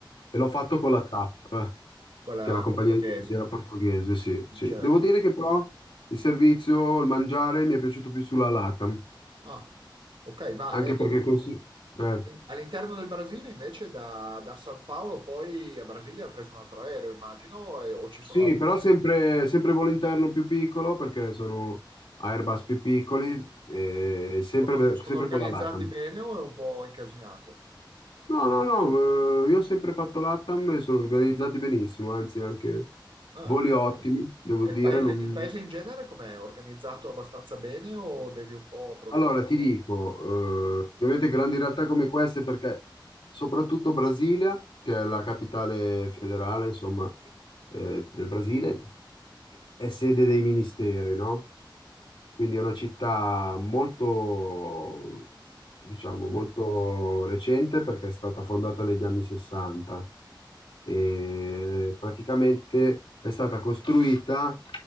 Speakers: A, on the left; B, on the right.
A: E l'ho fatto con la TAP,
B: quella
A: che è la compagnia
B: portoghese.
A: aerea portoghese, sì, sì.
B: Certo.
A: Devo dire che però il servizio, il mangiare mi è piaciuto più sulla LATAM,
B: Ah, ok, ma
A: anche
B: eh,
A: perché così... eh.
B: all'interno del Brasile invece da, da San Paolo poi a Brasilia ha preso un altro aereo, immagino, e- o ci sono
A: Sì,
B: altri...
A: però sempre, sempre volo interno più piccolo perché sono Airbus più piccoli e sempre,
B: Sono, sono
A: sempre
B: organizzati
A: con la LATAM.
B: bene o è un po' incasinato?
A: No, no, no, eh, io ho sempre fatto LATAM e sono organizzati benissimo, anzi anche
B: Ah.
A: voli ottimi,
B: ok.
A: devo
B: E Il
A: dire.
B: paese,
A: non-
B: il paese in genere com'è? Organizzato abbastanza bene o devi un po' preoccuparti?
A: Allora, ti dico, eh, ovviamente grandi realtà come queste perché soprattutto Brasilia, che è la capitale federale, insomma, eh, del Brasile, è sede dei ministeri, no? Quindi è una città molto, diciamo, molto recente perché è stata fondata negli anni 60 e praticamente è stata costruita